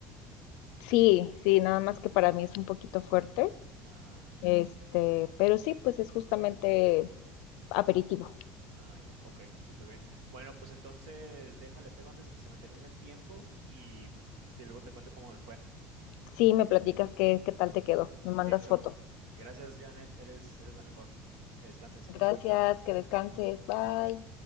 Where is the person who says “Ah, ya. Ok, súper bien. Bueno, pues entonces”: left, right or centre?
Right